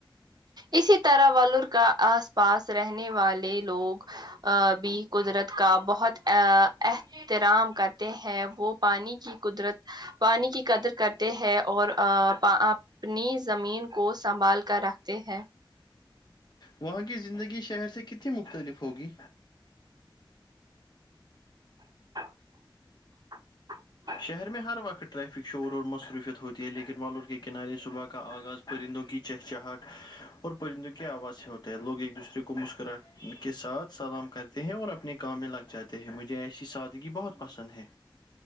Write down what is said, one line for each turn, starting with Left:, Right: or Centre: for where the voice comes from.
Right: اسی طرح ولور کا آس پاس رہنے والے لوگ ا بھی قدرت کا بہت ا ا احترام کرتے ہیں وہ پانی کی قدرت پانی کی قدر کرتے ہیں اور اپنی زمین کو سنبھال کر رکھتے ہیں
Left: وہاں کی زندگی شہر سے کتنی مختلف ہوگی
Right: <inaudible>
Left: شہر میں ہر وقت ٹریفک شور اور مصروفیت ہوتی ہے لیکن والور کے کنارے صبح آغاز پرندوں کی چہچاہٹ اور پرندوں کی آواز سے ہوتے ہیں لوگ ایک دوسرے کو کو مسکرا کے ساتھ سلام کرتے ہیں اور اپنے کام میں لگ جاتے ہیں مجھے ایسی سادگی بہت پسند ہے